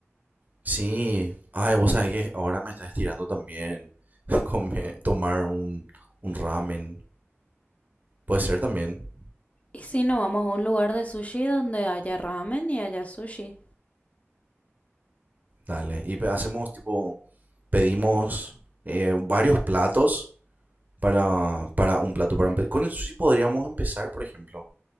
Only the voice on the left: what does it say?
Y si no, vamos a un lugar de sushi donde haya ramen y haya sushi.